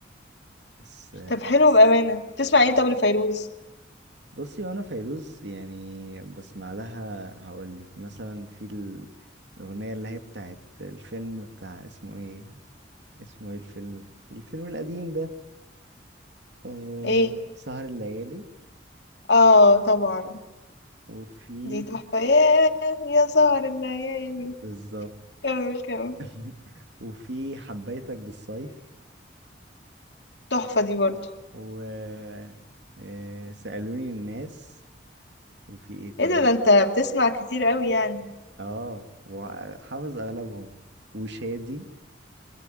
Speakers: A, on the right; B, on the left.
A: بس آه،
B: طب حلو بأمانة بتسمع ايه طب لفيروز
A: بصي وانا فيروز يعني بسمع لها هقول لك مثلا في ال- الاغنيه اللي هي بتاعت الفيلم بتاع اسمه ايه اسمه ايه الفيلم الفيلم القديم ده آه
B: ايه
A: سهر الليالي
B: اه طبعا
A: وفي
B: دي تحفة ياه يا سهر الليالي
A: بالظبط
B: كمل كمل
A: <laughs> وفي حبيتك بالصيف
B: تحفة دي برضو
A: و آه سألوني الناس وفي ايه تاني
B: ايه ده ده انت بتسمع كتير قوي يعني
A: اه وحافظ اغلبهم وشادي